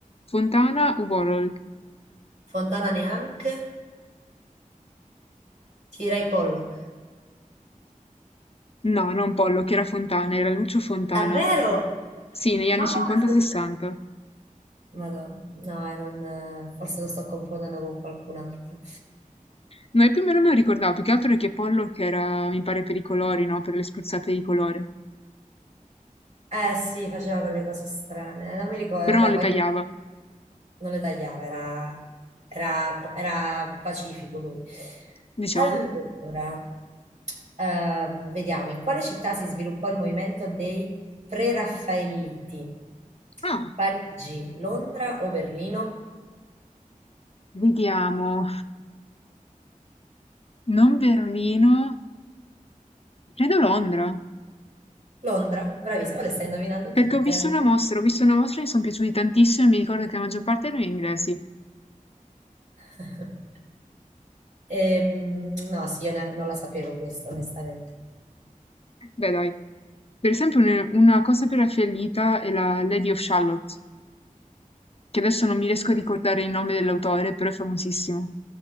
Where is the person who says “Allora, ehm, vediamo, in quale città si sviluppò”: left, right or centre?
Right